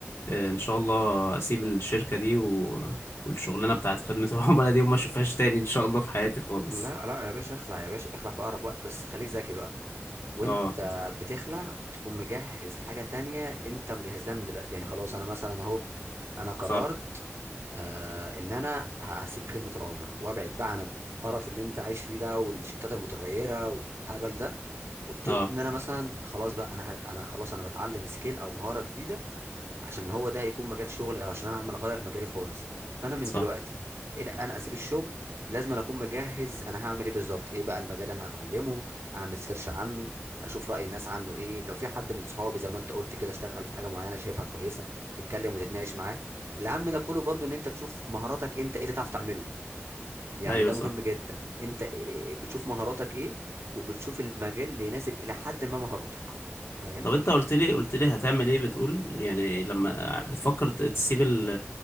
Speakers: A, on the left; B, on the right.
A: آه، ان شاء الله اسيب الشركة دي و... والشغلانة بتاعت خدمة <laughs> العملاء دي وما اشوفهاش تاني ان شاء الله في حياتي خالص
B: لا لا يا باشا اخلع يا باشا اخلع في اقرب وقت بس خليك ذكي بقى وانت
A: اه
B: بتخلع تكون مجهز حاجة تانية انت مجهز لها من دلوقتي يعني خلاص انا مثلا اهو انا قررت
A: صح
B: آه ان انا هسيب خدمة العملاء وابعد بقى عن القرف اللي انت عايش فيه ده والشفتات المتغيرة والهبل ده وابتدي
A: اه
B: ان انا مثلا خلاص بقى انا ه- انا خلاص انا بتعلم سكيل او مهارة جديدة عشان هو ده هيكون مجال شغلي او عشان انا عمال اغير مجالي خالص فانا من
A: صح
B: دلوقتي الى انا اسيب الشغل لازم أنا اكون مجهز انا هعمل ايه بالظبط ايه بقى المجال اللي انا هتعلمه اعمل سيرش عنه اشوف راي الناس عنه ايه لو في حد من صحابي زي ما انت قلت كده اشتغل في حاجه معينه شايفها كويسه تتكلم وتتناقش معاه الاهم ده كله برضو ان انت تشوف مهاراتك انت ايه اللي تعرف تعمله يعني
A: ايوه
B: ده
A: صح
B: مهم جدا انت إيه- إيه، بتشوف مهاراتك ايه وبتشوف المجال اللي يناسب الى حد ما مهاراتك فاهم
A: طب انت قلت لي قلت لي هتعمل ايه بتقول يعني لما بتفكر ت- تسيب ال-